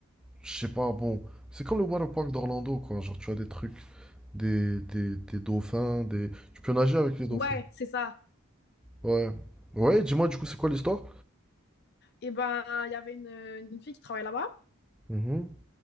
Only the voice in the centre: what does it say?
je sais pas, bon. C'est comme le water park d'Orlando, quoi. Genre, tu as des trucs, des, des, des dauphins, des. Tu peux nager avec les dauphins.
Ouais. Ouais, dis-moi du coup, c'est quoi l'histoire?
Mhm.